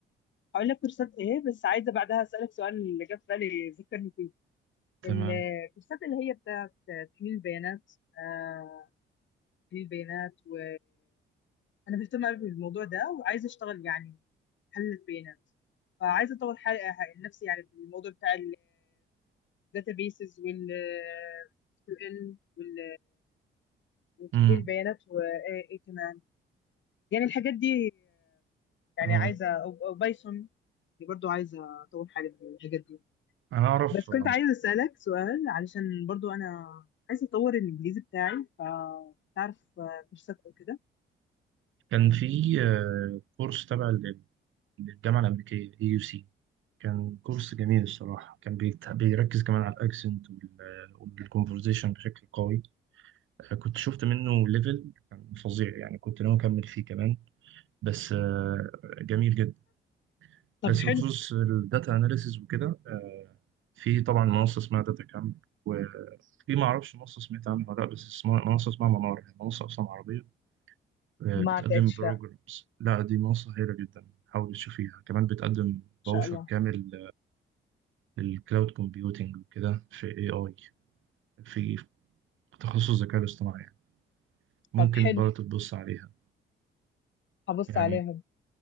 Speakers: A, on the left; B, on the right.
A: هقول لك كورسات ايه بس عايزه بعدها اسالك سؤال اللي جه في بالي ذكرني فيه
B: تمام
A: الكورسات اللي هي بتاعت تحليل البيانات آه تحليل البيانات و انا مهتمه قوي بالموضوع ده وعايزه اشتغل يعني محلل بيانات فعايزه اطور حالي نفسي يعني في الموضوع بتاع الداتابيسز وال اس كيو ال وال وتحليل
B: امم
A: البيانات وايه كمان يعني الحاجات دي يعني
B: اه
A: عايزه او أو بايثون برضو عايزه اطور حالي في الحاجات دي
B: انا اعرف
A: بس كنت
B: آه،
A: عايزة أسألك سؤال علشان برضو أنا عايزة أطور الإنجليزي بتاعي فتعرف كورسات أو كده
B: كان في آه، كورس تبع للجامعة الأمريكية اي يو سي كان كورس جميل الصراحة كان بيت- بيركز كمان على الأكسنت والكونفرزيشن بشكل قوي آه، كنت شفت منه ليفل كان فظيع يعني كنت ناوي أكمل فيه كمان بس آه، جميل جدا
A: طب
B: بس
A: حلو
B: بخصوص الداتا أناليسيز وكده آه، في طبعا منصة اسمها داتا كامب وفي ما أعرفش منصة سمعت عنها ولا لأ بس اسمها منصة اسمها منار هي منصة أصلا عربية آه،
A: ما
B: بتقدم
A: لقيتش
B: بروجرامز
A: لا
B: لا دي منصة هايلة جدا حاول تشوفيها كمان بتقدم
A: إن شاء
B: باوشر
A: الله
B: كامل الكلاود كومبيوتينج وكده في اي اي في تخصص الذكاء الاصطناعي يعني. ممكن
A: طب حلو
B: برضه تبص عليها
A: هبص
B: يعني
A: عليها